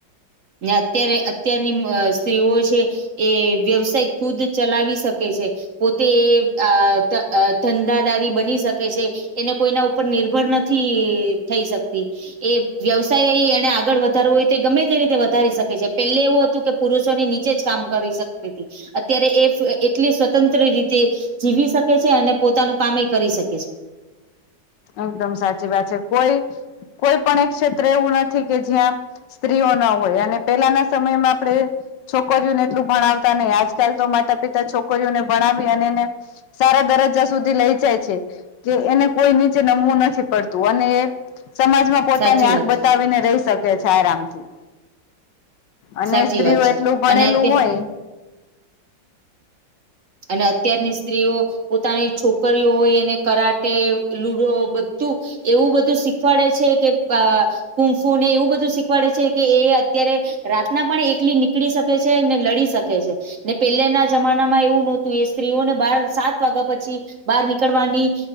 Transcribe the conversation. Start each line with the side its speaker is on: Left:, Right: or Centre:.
Right: ને અત્યારે અત્યારની સ્ત્રીઓ છે. એ વ્યવસાય ખુદ ચલાવી શકે છે. પોતે એ આ ધંધાદારી બની શકે છે. એને કોઈના ઉપર નિર્ભર નથી થઈ શકતી. એ વ્યવસાય એને આગળ વધારવો હોય તે ગમે તે રીતે વધ ધારી શકે છે પેલે એવું હતું કે પુરુષોની નીચે જ કામ કરી શકતી હતી. અત્યારે એ એટલી સ્વતંત્ર રીત તે જીવી શકે છે અને પોતાનું કમે કરી શકે છે.
Left: એકદમ સાચી વાત છે કોઈ કોઈ પણ એક ક્ષેત્ર એવું નથી કે જ્યાં. સ્ત્રીઓ ના હોય અને પેલાના સમયમાં આપણે. છોકરીઓને એટલું ભણાવતા નહ આજકાલ તો માતા પિતા છોકરીઓને ભણાવી અને એને. સારા દરજ્જા સુધી લઈ જાય છે કે એને કોઈની નમવું નથી પડતું અને એ સમાજમાં પોતાની
Right: સાચી
Left: આંખ
Right: વાત
Left: બતાવીને
Right: છે
Left: રહી શકે કે છે, આરામથી અને
Right: સાચી
Left: સ્ત્રીઓ
Right: વાત છે
Left: એટલું ભણેલું
Right: અને અત્ય
Left: હોય
Right: અને અત્યારની સ્ત્રીઓ પોતાની છોકરીઓ હોય એને કરાટે લુડો બધું એવું બધું શીખવાડે છે કે કૂફૂને એવું બધું શીખવાડે છે કે એ અત્યારે રાતના પણ એકલી નીકળી શકે છે ને લડી શકે છે ને પહેલાના જમાનામાં એવું નોતી એ સ્ત્રીઓને બાર સાત વાગ્યા પછી બહાર નીકળવાની